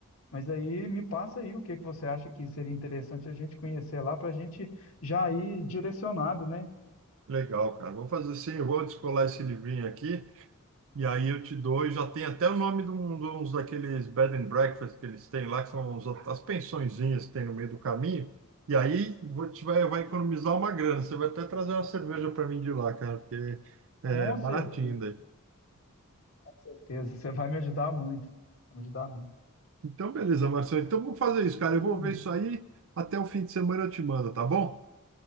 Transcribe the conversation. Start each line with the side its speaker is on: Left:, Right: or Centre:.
Left: Mas aí me passa aí o que que você acha que seria interessante a gente conhecer lá para a gente já ir direcionado, né?
Right: Legal, cara. Vou fazer assim, eu vou descolar esse livrinho aqui, e aí eu te dou, e já tem até o nome de, um, de uns daqueles bed and breakfast que eles têm lá, que são uns- as pensõezinhas que tem no meio do caminho, e aí vou, te, vai, vai economizar uma grana. Você vai até trazer uma cerveja para mim de lá, cara, porque é
Left: Com
Right: baratinho
Left: certeza,
Right: daí.
Left: com certeza. Você vai me ajudar muito. Vai me ajudar muito.
Right: Então, beleza, Marcelo. Então, vamos fazer isso, cara.
Left: Beleza.
Right: Eu vou ver isso aí. Até o fim de semana eu te mando, tá bom?